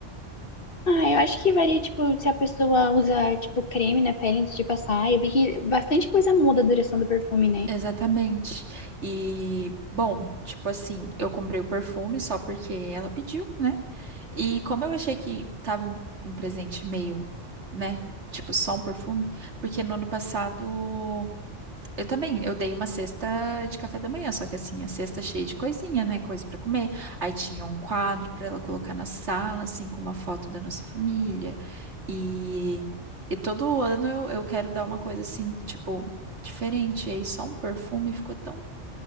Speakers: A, on the left (about 50°); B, on the right (about 65°).
A: Ah, eu acho que varia, tipo, se a pessoa usa, tipo, creme na pele antes de passar. Eu vi que bastante coisa muda a duração do perfume, né?
B: Exatamente. E, bom, tipo assim, eu comprei o perfume só porque ela pediu, né? E como eu achei que tava um, um presente meio, né? Tipo, só um perfume, porque no ano passado Eu também, eu dei uma cesta de café da manhã, só que assim, a cesta cheia de coisinha, né? Coisa pra comer. Aí tinha um quadro pra ela colocar na sala, assim, com uma foto da nossa família. E, e todo ano eu, eu quero dar uma coisa assim, tipo, diferente. E aí só um perfume ficou tão.